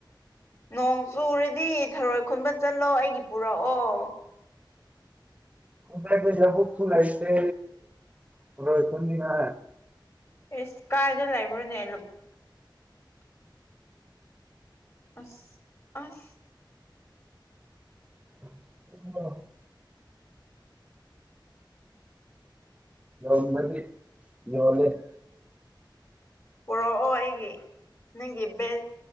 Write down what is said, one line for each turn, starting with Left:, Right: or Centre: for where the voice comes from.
Left: ꯅꯣꯡ ꯆꯨꯔꯗꯤ ꯊꯔꯣꯏ ꯈꯨꯟꯕ ꯆꯠꯂꯣ ꯑꯩꯒꯤ ꯄꯨꯔꯛꯑꯣ
Right: ꯈꯣꯏ ꯁꯥꯏꯗ ꯂꯕꯨꯛꯇꯣ ꯂꯩꯇꯦ ꯊꯔꯣꯏ ꯈꯨꯟꯅꯤꯡꯉꯥꯏ
Left: ꯏꯁ ꯀꯥꯥꯏꯗ ꯂꯥꯏꯕ꯭ꯔꯅꯦ ꯂ ꯑꯁ ꯑꯁ
Right: <unintelligible> ꯌꯣꯟꯕꯗꯤ ꯌꯣꯜꯂꯦ
Left: ꯄꯨꯔꯛꯑꯣ ꯑꯩꯒꯤ ꯅꯪꯒꯤ ꯕꯦꯁ